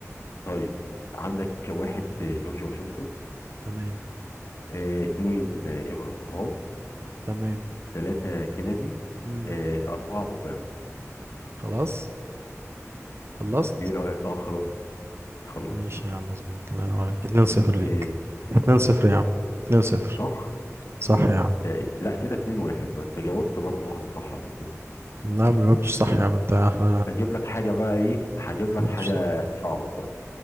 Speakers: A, on the left; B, on the right.
A: طيب عندك واحد آه، جورج واشنطن
B: تمام
A: آه اتنين آه، ابراهام
B: تمام
A: تلاتة كندي
B: مم.
A: آه اربعة اوباما
B: خلاص خلصت
A: ايه رأيك اه خلاص خلص
B: ماشي يا عم مظبوط الله ينور عليك 2 0 ليك
A: ايه
B: 2 0 يا عم 2 0
A: صح
B: صح يا عم
A: آه لا كده اتنين واحد بقى انت جاوبت برضو واحدة صح قبل كده
B: نعم ما جاوبتش صح يا عم انت احنا
A: هجيب لك حاجة بقى ايه هجيب لك
B: ما جاوبتش
A: حاجة
B: صح
A: صعبة برضو